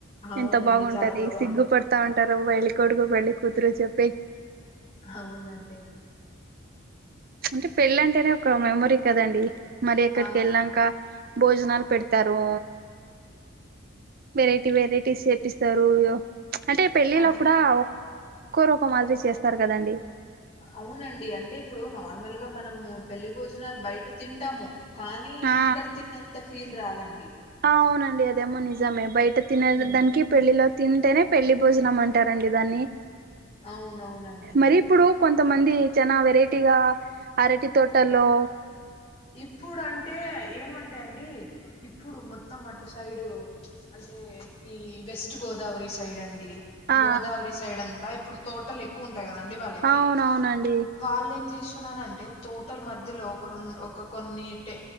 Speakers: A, on the left; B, on the right.
A: అవునండి
B: ఎంత బావుంటది
A: చాలా బాగుంటా
B: సిగ్గుపడతా ఉంటారు పెళ్ళి కొడుకు పెళ్ళి కూతురు చెప్
A: అవునంటే
B: అంటే పెళ్లి అంటేనే ఒక మెమొరీ కదండి మరి ఎక్కడికి
A: ఆ
B: వెళ్ళనంక భోజనాలు పెడతారు వెరైటీ వెరైటీస్ చెప్పిస్తారూ యో ప్చ్ అంటే పెళ్ళిళ
A: అది
B: కూడా ఒక్కోరు ఒక్కో మాదిరి చేస్తారు కదండి
A: అవునండి అంటే ఇప్పుడు నార్మల్ గా మనము పెళ్లి భోజనాలు బయట్ తింటాము కానీ
B: ఆ
A: అక్కడ తిన్నంత ఫీల్ రాదండి
B: ఆ అవునండి అదేమో నిజమే బయట తినే
A: ఉమ్
B: దానికి పెళ్ళిలో తింటేనే పెళ్ళిభోజనం అంటారండి దాన్ని
A: అవునవునండి
B: మరి ఇప్పుడు కొంతమంది చానా వెరైటీగా అరటి తోటల్లో
A: ఇప్పుడు అంటే ఏమంటా అండి ఇప్పుడు మొత్తం అటు సైడు అట్ అంటేఈ వెస్ట్ గోదావరి సైడ్ అండి
B: ఆ
A: గోదావరి సైడ్ అంతా ఇప్పుడు తోటలు ఎక్కు వ ఉంటాయి కదండి వాళ్ళకి
B: అవునవునండి
A: వాళ్ళు ఏం చేస్తున్నారంటే తోటల మధ్యలో ఒక రెం ఒక కొన్ని టె